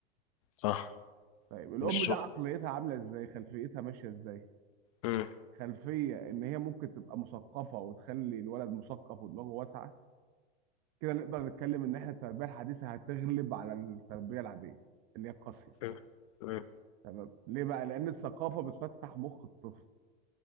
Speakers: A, on the left; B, on the right.
A: صح
B: طيب الام
A: من الشغل
B: ده عقليتها عامله ازاي خلفيتها ماشيه ازاي
A: مم.
B: خلفيه ان هي ممكن تبقى مثقفه وتخلي الولد مثقف ودماغه واسعه كده نقدر نتكلم ان احنا التربيه الحديثه هتغلب على التربيه العاديه اللي هي القاسيه
A: مم. مم.
B: تمام ليه بقى لان الثقافه بتفتح مخ الطفل